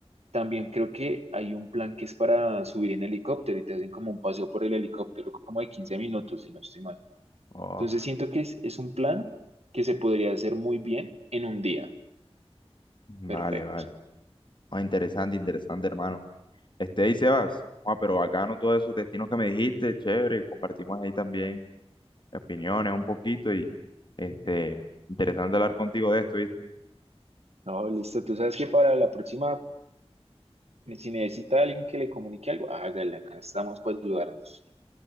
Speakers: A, on the right; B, on the left.
A: También creo que hay un plan que es para subir en helicóptero y te hacen como un paseo por el helicóptero como de 15 minutos, si no estoy mal.
B: Uf,
A: Entonces siento que es, es un plan que se podría hacer muy bien en un día.
B: vale,
A: Perfecto.
B: vale. Ah, interesante, interesante, hermano. Este, ahí Sebas, ah, pero bacano todos esos destinos que me dijiste, chévere, compartimos ahí también opiniones un poquito y este, interesante hablar contigo de esto, ¿viste?
A: No, listo. Tú sabes que para la próxima, eh, si necesita alguien que le comunique algo, hágale, acá estamos para ayudarnos.